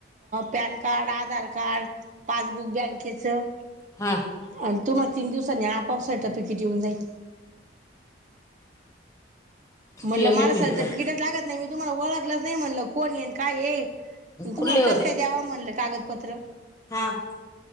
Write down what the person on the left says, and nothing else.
हां.
पिम
पिम
तर
कुठले
हां.